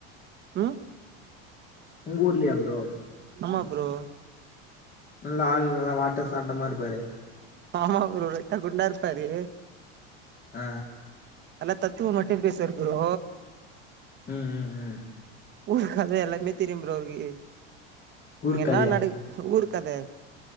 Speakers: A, on the right (about 35°); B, on the left (about 30°).
A: ம்
B: உங்க ஊர்லையா ப்ரோ
A: ஆமா ப்ரோ
B: நல்ல ஆள் நல்லா வாட் ட்ட சாட்டமா இருப்பாரு
A: ஆமா ப்ரோ லைட்டா குண்டா இருப்பாரு
B: ஆ
A: எல்லா தத்துவ மட்டு பேசுவாரு ப்ரோ
B: உம் உம் உம்
A: ஊர் கத எல்லாமே தெரியு ப்ரோ அவருக்கு இங்க
B: ஊர்
A: என்ன
B: கதையா?
A: நடக் ஊர் கத